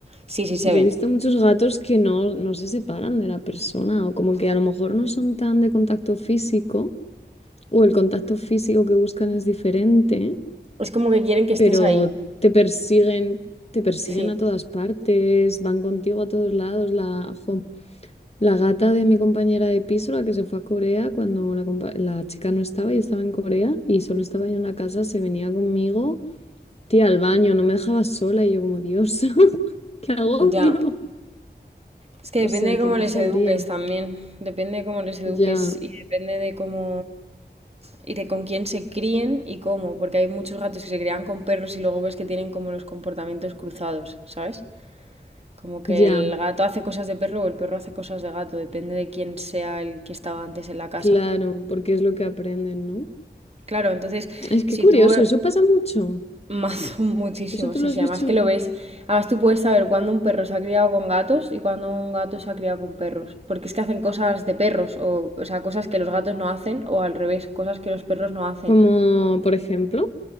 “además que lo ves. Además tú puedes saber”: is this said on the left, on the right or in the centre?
Right